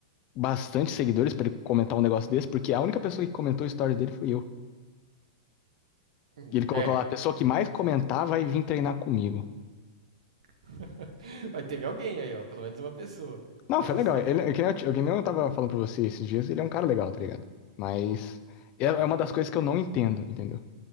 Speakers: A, on the left; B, on the right.
A: bastante seguidores pra ele comentar um negócio desse? Porque a única pessoa que comentou o story dele foi eu.
B: Hum,
A: E ele colocou
B: É.
A: lá, a pessoa que mais comentar vai vir treinar comigo.
B: <laughs> Mas teve alguém aí, ó. Pelo menos uma pessoa. <laughs>
A: Não,
B: Pra
A: foi
B: você.
A: legal. Ele, é que nem eu, t- é que nem eu tava falando pra você esses dias, ele é um cara legal, tá ligado? Mas é é
B: Uhum.
A: uma das coisas que eu não entendo, entendeu?